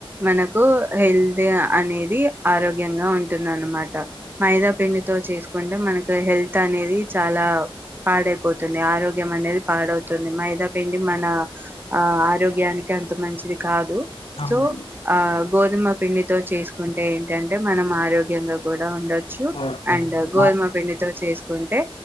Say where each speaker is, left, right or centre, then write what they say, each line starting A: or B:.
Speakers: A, on the right; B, on the left.
A: మనకు హెల్త్ అనేది ఆరోగ్యంగా ఉంటుందిన్నమాట మైదా పిండితో చేసుకుంటే మన హెల్త్ అనేది చాలా పాడై పోతుంది ఆరోగ్యం అనేది పాడవు ది మైదా పండి మన ఆ ఆరోగ్యానికి అంత మంచిది కాదు
B: అవునండి
A: సో ఆ గోధుమ పిండితో చేసుకుంటే ఏంటంటే మనం ఆరోగ్యంగా కూడా ఉండ
B: ఓకే
A: అ
B: అండి
A: గోదుమ
B: మా
A: పండితో చేసుకుంటే